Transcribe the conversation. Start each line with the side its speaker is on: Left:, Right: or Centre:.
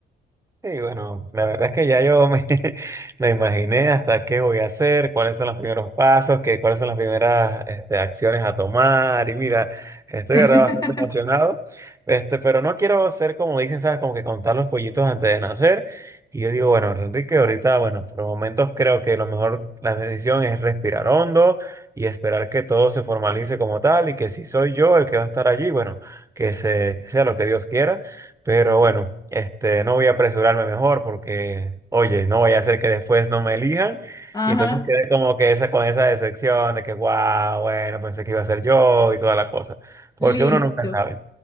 Right: Sí, bueno, la verdad es que ya yo me, <laughs> me imaginé hasta qué voy a hacer, cuáles son los primeros pasos, qué, cuáles son las primeras este, acciones a tomar. Y mira, estoy
Left: <laughs>
Right: de verdad bastante emocionado, este, pero no quiero ser como dicen, ¿sabes? Como que contar los pollitos antes de nacer. Y yo digo, bueno, Enrique, ahorita, bueno, por momentos creo que lo mejor, la decisión es respirar hondo y esperar que todo se formalice como tal y que si soy yo el que va a estar allí, bueno, que, se, que sea lo que Dios quiera. Pero bueno, este, no voy a apresurarme mejor porque, oye, no voy a hacer que después no me elijan.
Left: Ajá,
Right: Y entonces quedé como que esa, con esa decepción de que, wow, bueno, pensé que iba a ser yo y toda la cosa. Porque
Left: listo.
Right: uno nunca sabe.